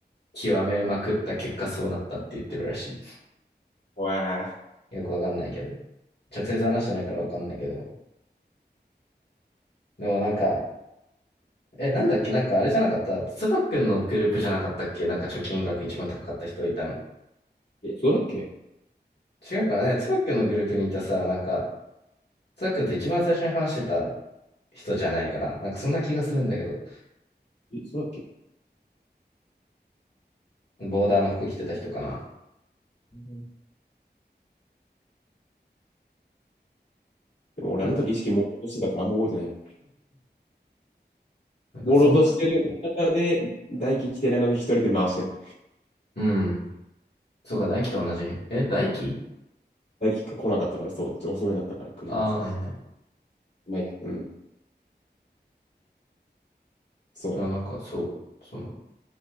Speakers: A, on the left (about 70°); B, on the left (about 85°).
A: 極めまくった結果そうなったって言ってるらし
B: わあ。
A: い。よくわかんないけど。直接話してないからわかんないけど。でもなんか、え、なんだっけなんかあれじゃなかったつばっくんのグループじゃなかったっけなんか貯金額一番高かった人いたの。
B: え、そうだっけ
A: 違うかなねつばっくんのグループにいたさ、なんか、つばっくんって一番最初に話してた人じゃないかななんかそんな気がするんだけど、
B: え、そうだっけ
A: ボーダーの服着てた人かな
B: うんでも俺あの時意識朦朧としてたからあんま覚えてない。
A: なんか、なんかそん、
B: 朦朧としてる中で、大輝来てないのに一人で回してる。
A: うん。そうか、大輝と同じ。え、大輝
B: 大輝が来なかったから、そう、ちょ遅めだったから来るの。
A: ああー、
B: そうそうそ
A: はいはい。
B: う。まあいいや、うん。そうね。
A: いや、なんかそう、その、